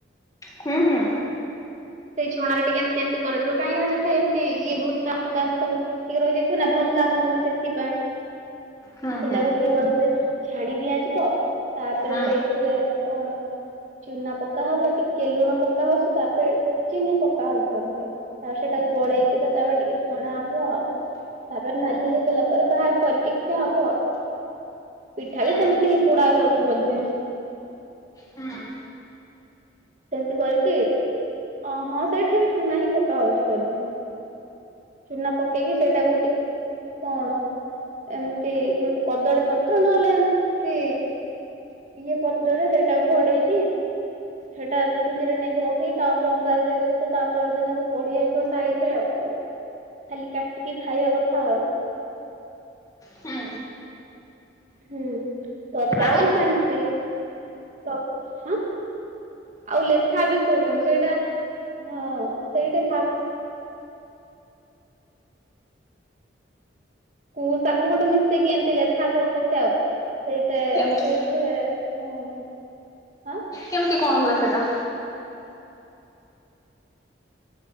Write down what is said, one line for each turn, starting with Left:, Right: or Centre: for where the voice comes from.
Left: ହୁଁ ହୁଁ।
Right: ସେଇ ଛଣ ଟିକେ ଏମତି ଏମତି କରାଯିବ କହିଁକି ନା ସେଟ ଏମତି ଇଏ ଭର୍ତା ଫୁତା ସବୁ ଟିକେ ରହିଯାଇଥିବ ନା ଭଲ ଲାଗୁନି ସେଥିପାଇଁ
Left: ହୁଁ
Right: ସେଇଟାକୁ
Left: ହୁଁ
Right: ଟିକେ ଭଲସେ ଛାଣି ଦିଆଯିବ ତାପରେ
Left: ହୁଁ
Right: ସେଇଥିରେ କଣ ଚୁନା ପକା ହବ ଟିକେ ଲୁଣ ପକା ହଉଛି ତାପ ଚିନି ପକାଅ ଭଲ ସେ ଆଉ ସେଇଟାକୁ ଗୋଳେଇକି ତ ତାପରେ ଟିକେ ଛଣା ହବ ଆଉ। ତାପରେ ନାଲି ହେଇଗଲା ପରେ ବାହାର କରିକି ଖିଆ ହବ। ପିଠା
Left: ହୁଁ
Right: ବି ସେମିତି ପୋଡା ଯାଉଛି ବୋଧେ।
Left: ହୁଁ ହୁଁ
Right: ସେମିତି କରିକି ଅ ହଁ ସେଠି ବି ଚୁନା ହିଁ ପକା ହଉଛି ବୋଧେ। ଚୁନା ପକେଇକି ସେଇଟା କୁ ଟି କଣ ଏମିତି ଗୋଟେ କଦଳୀ ପତ୍ର ନହେଲେ ଏମିତି। ଇଏ ପତ୍ରରେ ସେଇଟାକୁ ଘୋଡେଇକି। ସେଟା ଚୁଲିରେ ନେଇକି ରଖିକି ତାପରେ ଅଙ୍ଗାର ଦେଇଦେଲେ ତ ତାପର ଦିନକୁ ପୋଡି ଯାଇଥିବ ସେଇଟା ଆଉ କଣ। ଖାଲି କାଟିକି ଖାଇବା କଥା ଆଉ।
Left: ହୁଁ
Right: ହୁଁ ତରକାରୀ
Left: ଆଉ
Right: ବି ସେମିତି ତ ହାଁ। ଆଉ ଲେଥା ବି କରୁଛନ୍ତି ସେଇଟା ହଁ ସେଇଟା ଛା କୁ ତାକୁ ଗୋଟେ ମିଶେଇକି ଏମିତି ଲେଥା କରୁଛନ୍ତି ଆଉ ସେଇଟେ
Left: କେମତି
Right: ସେଇଠେ। କଣ ହାଁ।
Left: କେମିତି କଣ ହୁଏ ସେଟା?